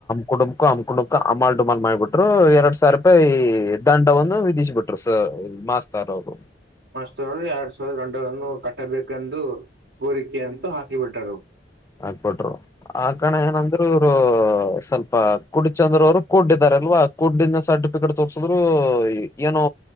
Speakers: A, on the left (about 15°); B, on the right (about 65°).
A: ಕುಟಂಬಕ ಅಮ್ ಕುಂಡುಕ ಅಮಾಲ್ ಡಮಾಲ್ ಮಾಡಿಬಿಟ್ರು ಎರಡ್ ಸಾವ್ರ ರೂಪಾಯಿ ಈ ದಂಡವನ್ನು ವಿಧಿಸಿ ಬಿಟ್ರು ಸ ಮಾಸ್ತಾರ ಅವ್ರು.
B: ಮಾಸ್ಟರ್ರು ಎರಡ್ ಸಾವಿರ ದಂಡವನ್ನು ಕಟ್ಟಬೇಕಂದು ಕೋರಿಕೆ ಅಂತೂ ಹಾಕಿಬಿಟ್ಟರು.
A: ಹಾಕ್ಬಟ್ರು. ಆ ಕಣ ಏನಂದ್ರು ಇವ್ರು ಸ್ವಲ್ಪ ಕುಡಿಚಂದ್ರ ಅವರು ಕೂಡ್ಡಿದಾರಲ್ವಾ. ಕುಡ್ಿಂದ ಸರ್ಟಿಫಿಕೇಟ್ ತೋರ್ಸಿದ್ರು ಏನೋ